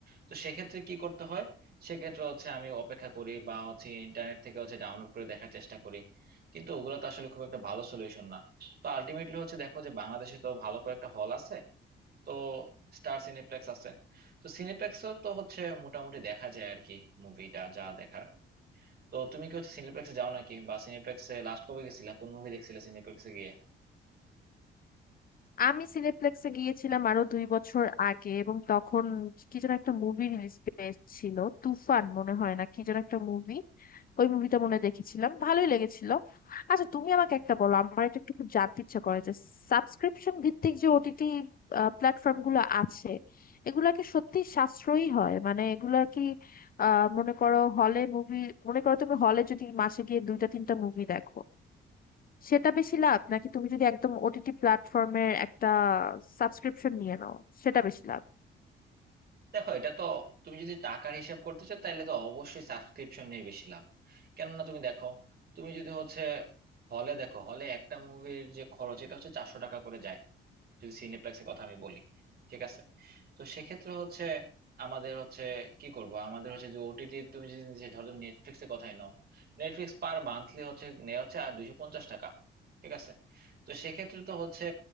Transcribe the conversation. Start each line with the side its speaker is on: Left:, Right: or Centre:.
Right: তো সেক্ষেত্রে কি করতে হয় সেক্ষেত্রে হচ্ছে আমি অপেক্ষা করি বা হচ্ছে ইন্টারনেট থেকে হচ্ছে ডাউনলোড করে দেখার চেষ্টা করি কিন্তু ওগুলো তো আসলে খুব একটা ভালো সলিউশন না তো আলটিমেটলি হচ্ছে দেখো যে বাংলাদেশে তো ভালো কয়েকটা হল আছে তো স্টার সিনেপ্লেক্স আছে তো সিনেপ্লেক্সও তো হচ্ছে মোটামুটি দেখা যায় আর কি মুভিটা যা দেখার তো তুমি কি হচ্ছে সিনেপ্লেক্সে যাও নাকি বা সিনেপ্লেক্সে লাস্ট কবে গেছিলা কোন মুভি দেখছিলে সিনেপ্লেক্সে গিয়ে
Left: আমি সিনেপ্লেক্সে গিয়েছিলাম আরো দুই বছর আগে এবং তখন কি যেন একটা মুভি রিলিজ পেয়েছিল তুফান মনে হয় না কি যেন একটা মুভি ওই মুভিটা মনে হয় দেখেছিলাম ভালোই লেগেছিল আচ্ছা তুমি আমাকে একটা বলো আমার এটা একটু খুব জানতে ইচ্ছা করে যে সাবস্ক্রিপশন ভিত্তিক যে ওটিটি প্ল্যাটফর্ম গুলো আছে এগুলা কি সত্যি সাশ্রয়ী হয় মানে এগুলা কি আহ মনে করো হলে মুভি মনে করো তুমি হলে যদি মাসে গিয়ে দুইটা তিনটা মুভি দেখো সেটা বেশি লাভ নাকি তুমি যদি একদম ওটিটি প্ল্যাটফর্মের একটা সাবস্ক্রিপশন নিয়ে নাও সেটা বেশি লাভ
Right: দেখো এটা তো তুমি যদি টাকার হিসাব করতে চাও তাহলে তো অবশ্যই সাবস্ক্রিপশন নিয়ে বেশি লাভ কেননা তুমি দেখো তুমি যদি হচ্ছে হলে দেখো হলে একটা মুভির যে খরচ এটা হচ্ছে চারশো টাকা করে যায় যদি সিনেপ্লেক্সের কথা আমি বলি ঠিক আছে তো সেক্ষেত্রে হচ্ছে আমাদের হচ্ছে কি করব আমাদের হচ্ছে যে ওটিটি তুমি যদি যে ধরো তুমি নেটফ্লিক্সের কথাই নাও নেটফ্লিক্স পার মান্থলি হচ্ছে নেওয়া হচ্ছে আর দুইশো পঞ্চাশ টাকা ঠিক আছে তো সেক্ষেত্রে তো হচ্ছে